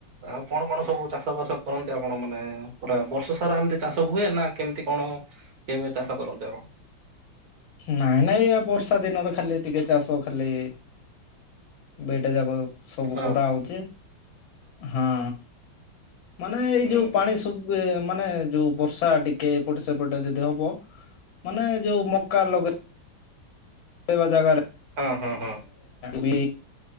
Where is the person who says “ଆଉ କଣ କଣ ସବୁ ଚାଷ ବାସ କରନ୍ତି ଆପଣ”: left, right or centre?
Right